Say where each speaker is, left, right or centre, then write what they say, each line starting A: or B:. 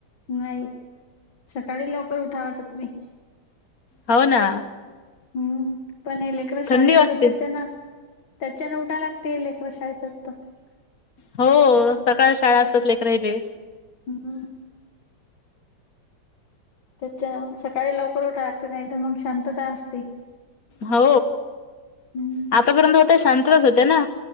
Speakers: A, on the left (about 80°); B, on the left (about 50°).
A: नाही. सकाळी लवकर उठाव वाटत नाही.
B: हो ना
A: हम्म. पण हे लेकर शाळेत
B: थंडी
A: जातात
B: वाजते
A: त्याच्यान- त्याच्यान उठाव लागतय. लेकर शाळेत जातात तर-
B: हो सकाळ शाळा असतात लेकरायले.
A: हम्. त्याच्यान सकाळी लवकर उठाव लागतंय. नाही तर मग शांतता असते.
B: हो
A: हम्म
B: आतापर्यंत होते. शांतच होते ना?